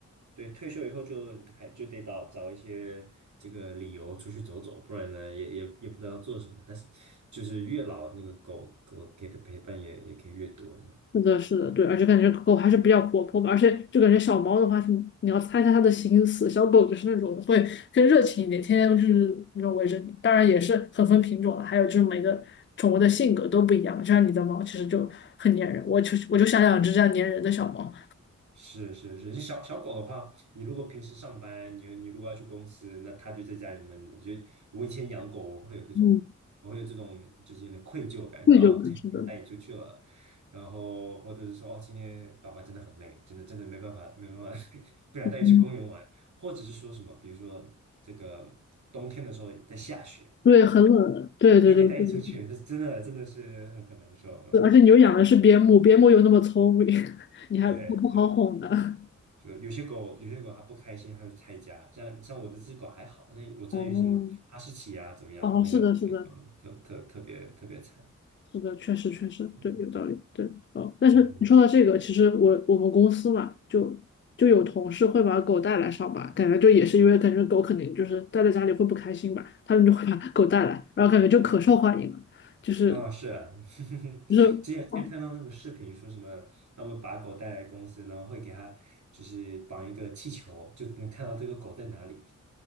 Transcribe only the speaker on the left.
是的，是的，对，而且感觉狗还是比较活泼吧，而且就感觉小猫的话是你要猜一下它的心思，小狗就是那种会更热情一点，天天就是那种围着你。当然也是很分品种了，还有就是每个宠物的性格都不一样嘛就像你的猫其实就很粘人，我就我就想养只这样粘人的小猫。
嗯，
贵就是，
是的，
嗯，
对，很冷，对对对对对，
对而且你又养的是边牧，边牧又那么聪明，<laughs> 你还不好哄呢。
<laughs>
哦，
哦，
是的，是的，是的，确实，确实，
对，有道理，对，哦，但是你说到这个，
其实我我们公司嘛，就就有同事会把狗带来上班，感觉就也是因为感觉狗肯定就是待在家里会不开心吧，他们就会把狗带来，然后感觉就可受欢迎了，就是
就是，
哦，